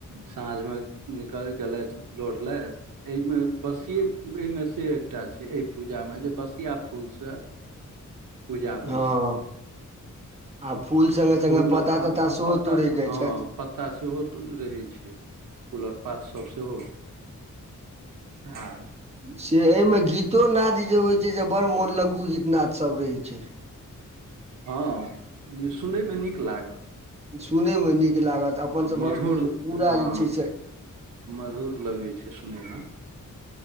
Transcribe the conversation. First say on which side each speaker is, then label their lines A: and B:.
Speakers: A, on the right; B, on the right.
A: साँझमे निकल गेलथि लोढ़लथ एहिमे बसिये एहिमे स एकटा छै एहि पूजामे जे बसिया फूलसँ पूजा होइ
B: हँ
A: छ
B: आ फूल संगे
A: फूल
B: संगे पत्ता
A: आ
B: तत्ता
A: आ
B: सेहो
A: पत्ता
B: तोड़े जाइ
A: ह
B: छथि
A: पत्ता सेहो तुरल रहै छै फूलक पातसभ सेह ह
B: से एहिमे गीतो नाद जे होइ छै से बड़ मोन लगु गीत नाद सब रहै छ
A: हँ जे सुनैमे नीक लाग
B: सुनयमे नीक लागत अपन सभक
A: मधुर
B: पूरा
A: हँ
B: जे छै स
A: मधुर लगै छै सुनैम